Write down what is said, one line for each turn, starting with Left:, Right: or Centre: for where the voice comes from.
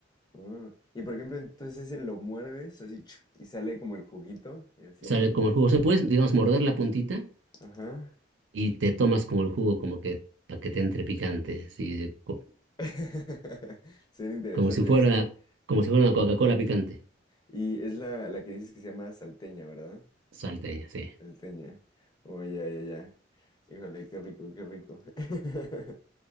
Left: Oh, Y por ejemplo, entonces ese lo muerdes así chuc, y sale como el juguito y así.
Right: Sale como el jugo. Se puede, digamos, morder la puntita
Left: Ajá.
Right: y te tomas como el jugo, como que para que te entre picante, sí, co-
Left: <laughs> Suena interesante.
Right: como si fuera,
Left: ese.
Right: como
Left: Ajá.
Right: si fuera una Coca-Cola picante,
Left: Y es la, la que dices que se llama salteña, ¿verdad?
Right: salteña, sí.
Left: Salteña. Oh, ya, ya, ya. Híjole, qué rico, qué rico. <laughs>